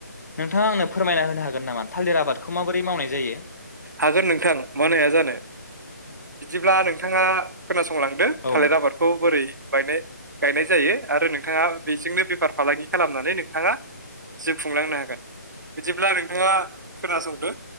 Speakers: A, on the left; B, on the right.
A: नोंथाङा आंनो फोरमायना होनो हागोन नामा थालिर आबादखौ माबोरै मावनाय जायो
B: हागोन नोंथां मानो हाया जानो बिदिब्ला नोंथाङा खोनासंलांदो
A: औ
B: थालिर आबादखौ बोरै गायनाय जायो आरो नोंथाङा बेजोंनो बेफार फालांगि खालामनानै नों नोंथाङा जिउ खुंलांनो हागोन बिदिब्ला नोंथाङा खोनासंदो